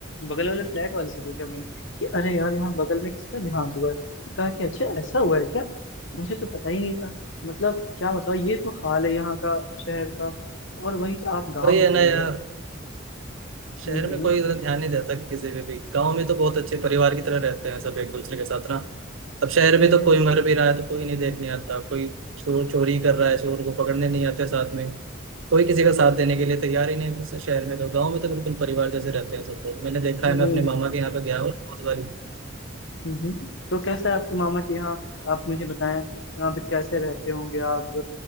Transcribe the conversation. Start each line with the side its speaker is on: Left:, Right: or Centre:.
Left: बगल वाले फ्लैट वाले से पूछा मैंने कि अरे यार यहाँ बगल में किसका देहांत हुआ है तो कहा कि अच्छा ऐसा हुआ है क्या मुझे तो पता ही नहीं था मतलब क्या बताओ ये तो हाल है यहाँ का शहर का और वही तो आप गाँव
Right: वही
Left: में
Right: है
Left: चले
Right: ना यार
Left: गए
Right: शहर
Left: हम्म हम्म
Right: में कोई इतना ध्यान नहीं देता किसी पे भी गाँव में तो बहुत अच्छे परिवार की तरह रहते हैं सब एक दूसरे के साथ ना अब शहर में
Left: अरे
Right: तो कोई मर भी रहा है तो कोई नहीं देखने आता कोई चोर चोरी कर रहा है चोर को पकड़ने नहीं आते साथ में कोई किसी का साथ देने के लिए तैयार ही नहीं है शहर में तो गाँव में तो बिल्कुल परिवार जैसे रहते हैं सब लोग मैंने देखा
Left: अरे
Right: है मैं अपने मामा के यहाँ पे गया हूँ बहुत बारी
Left: हम्म, हम्म। तो कैसा है आपके मामा के यहाँ आप मुझे बताएं यहाँ पे कैसे रहते होंगे आप